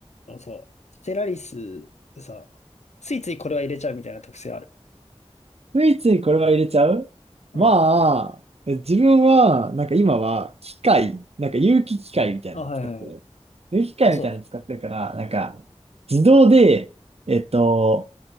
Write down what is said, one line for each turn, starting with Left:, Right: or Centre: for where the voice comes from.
Left: あのさ、ステラリスさ、ついついこれは入れちゃうみたいな特性ある。
Right: ついついこれは入れちゃうまあ、
Left: うん。
Right: 自分は、なんか今は、機械、なんか有機機械みたいなのを使ってる。
Left: あ、はいはいはい。
Right: 有機機械みたいなの使ってるから、
Left: あ、そうね。
Right: なんか、自動で、えっと、